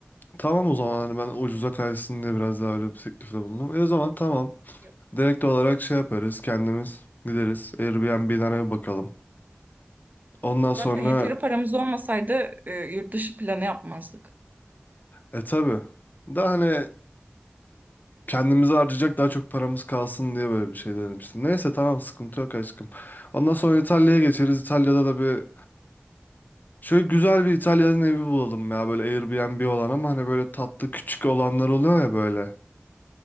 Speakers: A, on the left; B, on the right.
A: Tamam o zaman hani ben ucuza kaysın diye biraz daha öyle bir teklifte bulundum. E o zaman tamam.
B: Yok.
A: Direkt olarak şey yaparız kendimiz gideriz Airbnb'den eve bakalım. Ondan
B: Zaten
A: sonra
B: yeteri paramız olmasaydı e, yurt dışı planı yapmazdık.
A: e tabi daha hani kendimizi harcayacak daha çok paramız kalsın diye böyle bir şey denemiştim. Neyse tamam sıkıntı yok aşkım. Ondan sonra İtalya'ya geçeriz. İtalya'da da bir şöyle güzel bir İtalya'nın evi bulalım ya böyle Airbnb olan ama hani böyle tatlı küçük olanlar oluyor ya böyle.